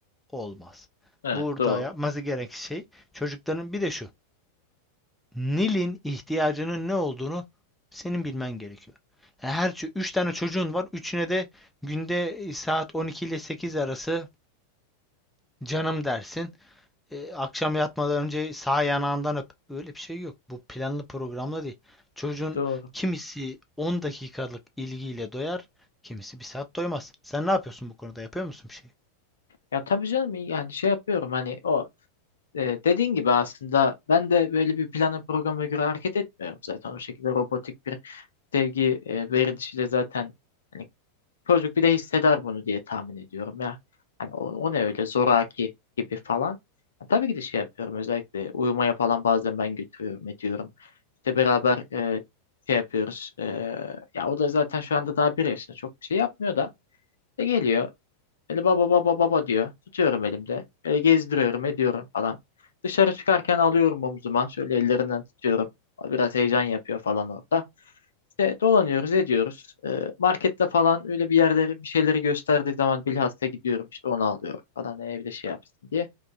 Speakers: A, in the centre; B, on the left.
A: olmaz.
B: Evet
A: Burada
B: doğru.
A: yapması gereken şey çocukların bir de şu. Nil'in ihtiyacının ne olduğunu senin bilmen gerekiyor. Yani her 3 tane çocuğun var. Üçüne de günde saat 12 ile 8 arası canım dersin. E, akşam yatmadan önce sağ yanağından öp. Öyle bir şey yok. Bu planlı programla değil. Çocuğun
B: Doğru.
A: kimisi 10 dakikalık ilgiyle doyar, kimisi bir saat doymaz. Sen ne yapıyorsun bu konuda? Yapıyor musun bir şey?
B: Ya tabii canım yani şey yapıyorum hani o e, dediğin gibi aslında ben de böyle bir plana programa göre hareket etmiyorum zaten o şekilde robotik bir sevgi e, verilişiyle zaten hani Çocuk bir de hisseder bunu diye tahmin ediyorum ya. Hani o, o ne öyle zoraki gibi falan. Ya tabii ki de şey yapıyorum özellikle uyumaya falan bazen ben götürüyorum ediyorum. İşte beraber e, şey yapıyoruz. E, ya o da zaten şu anda daha bir yaşında çok bir şey yapmıyor da. İşte geliyor Böyle baba baba baba diyor. Tutuyorum elimde. Böyle gezdiriyorum ediyorum falan. Dışarı çıkarken alıyorum omzuma. Şöyle ellerinden tutuyorum. O Biraz heyecan yapıyor falan orada. İşte dolanıyoruz ediyoruz. Ee, markette falan öyle bir yerleri bir şeyleri gösterdiği zaman bilhassa gidiyorum işte onu alıyorum falan "E, evde şey yapsın diye.